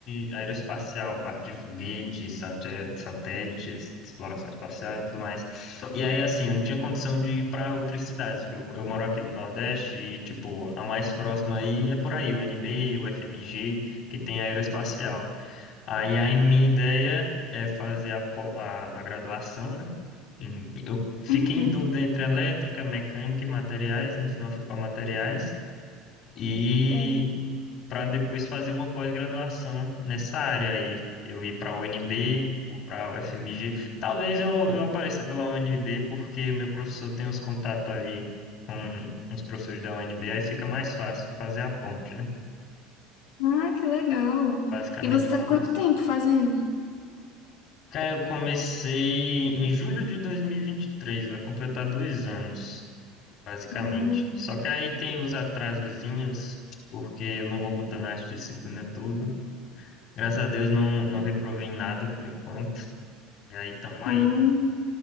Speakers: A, on the left (about 45°); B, on the left (about 85°).
A: de aeroespacial, parte de foguetes, saté- satélites, exploração espacial e tudo mais. E aí, assim, eu não tinha condição de ir para outras cidades, porque eu, eu moro aqui no Nordeste e, tipo, a mais próxima aí é por aí, o UNB, o FMG, que tem aeroespacial. Aí, a minha ideia é fazer a, po- a, a graduação, né? Hum, Eu fiquei
B: Uhum.
A: em dúvida entre elétrica, mecânica e materiais. No final, eu fui para materiais. E
B: sei.
A: para depois fazer uma pós-graduação nessa área. Aí eu ir para a UNB ou para a UFMG. Talvez eu, eu apareça pela UNB, porque meu professor tem uns contatos aí com uns professores da UNB. Aí fica mais fácil fazer a ponte, né?
B: Ah, que legal.
A: Basicamente
B: E você tá
A: por
B: há quanto
A: isso.
B: tempo fazendo?
A: Cara, eu comecei em julho de dois mil e e vinte e três. vai completar dois anos. basicamente.
B: Hum.
A: Só que aí tem os atrasozinhos, porque eu não vou botar nas disciplinas tudo Graças a Deus não, não reprovei em nada por enquanto. E aí tamo aí.
B: Ah.